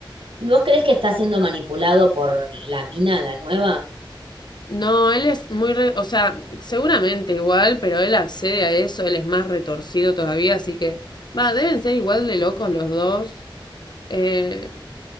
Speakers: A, on the right; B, on the left.
A: ¿Y vos crees que está siendo manipulado por la mina, la nueva?
B: No, él es muy, re- o sea, seguramente igual, pero él accede a eso, él es más retorcido todavía, así que, va, deben ser igual de locos los dos. Eh,